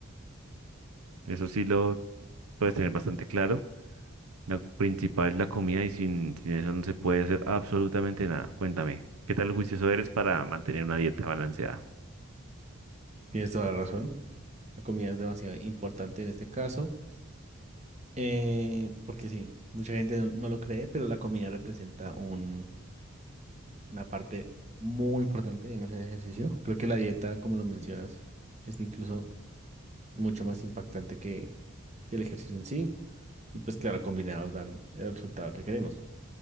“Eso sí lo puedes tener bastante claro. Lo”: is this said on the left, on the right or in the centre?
Right